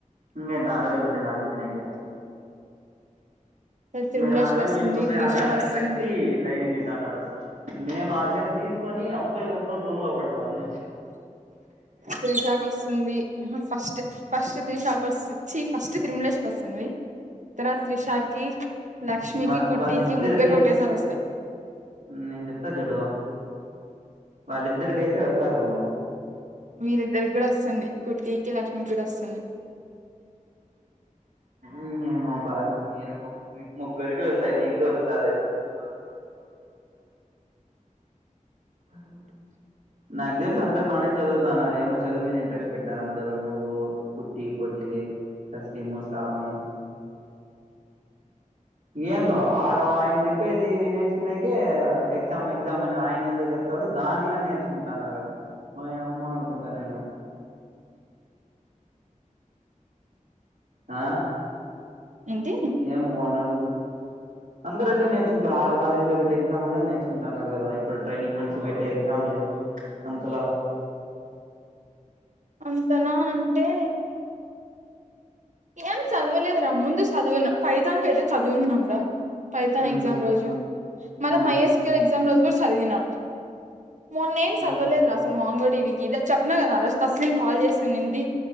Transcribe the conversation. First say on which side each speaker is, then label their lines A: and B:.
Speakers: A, on the right; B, on the right.
A: ఇంగేంది ఆరువేలు కట్టింది అడక్తినేక
B: తిరుమలేష్కి
A: మీరు ఆరు వేలు
B: వస్తుంది
A: తీసుకుని పోయి
B: త్రిష
A: ఆరు వేలు ఆడ
B: వస్తుంది
A: కట్టి ట్రైనింగ్ ఇంటాన్నారు. మేము ఆరు వేలు తీసుకొని అప్పులు కట్టుకొని రూమ్లో పడతాన్నాం.
B: త్రిశ కొస్తుంది. అహ ఫస్ట్ ఫస్ట్ త్రిశ కొస్తు చి ఫస్ట్ తిరుములేష్ కొస్తుంది. తర్వాత త్రిషాకి లక్ష్మికి
A: వా
B: కుట్టికి
A: వాళ్ళీద్దరికైత్
B: ముగ్గురు ఒకటేసారి వస్తాయి
A: నేను చెప్తా చూడు వాళ్ళిద్దరికైతే వస్తాది బలం.
B: వీళ్ళిద్దరిక్కూడా వస్తుంది. కుట్టికి లక్ష్మి కూడొస్తుంది.
A: ఇంగేమోబ్బా అది మీరు ముగ్గు ముగ్గురికి వస్తాయి నీకూ వస్తాది. <unintelligible> అ నాక్ తెలుసు అందరరు బాగానే చదువుతాన్నారు ఏమో చదువు మీద ఇంట్రెస్ట్ పెట్టినారు. అందరు నువ్వు కుట్టి పొట్టిది తస్లీము శ్రావణి ఏందో ఆడ ఆయన చెప్పేది నేర్చుకునేకి ఎగ్జ మ్ ఎగ్జామ్ అని ఆయనేందో చెప్తాడు. దాన్ని గాని నేర్చుకుంటన్నారు. ఓయమ్మ అనుకుంటా నేను ఆ
B: ఏంటి
A: ఏమో వాన్నడుగుపో అందరట్టే నేర్చుకుంటారు ఆడ కాలేజ్లో పెట్టే ఎగ్జామ్ల్ గాని నేర్చుంటన్నారు కదా ఇప్పుడు ట్రైనింగ్ మనిషి పెట్ ట్టే ఎగ్జామ్మ్లే అంతలా
B: అంతలా అంటే ఏం చదవలేదురా ముందు చదువిన పైతాన్ కైతే చదువున్నాంరా పైతాన్
A: మ్మ్
B: ఎగ్జామ్ రోజు మళ్ల
A: మ్మ్
B: మైఎస్కర్ ఎగ్జామ్ రోజు కూడ చదివిన మొన్నేం
A: మ్మ్
B: చదవలేదురా అసలు మాంగోలి బీకీ ఇది చెప్నా కదా ఆ రోజ్ తస్లీమ్ కాల్ చేస్తున్నింది.